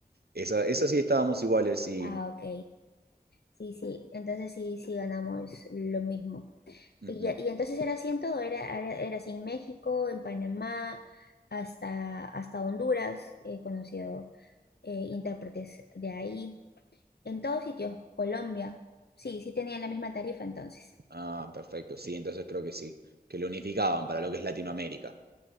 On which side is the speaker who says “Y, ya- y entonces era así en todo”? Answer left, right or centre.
Left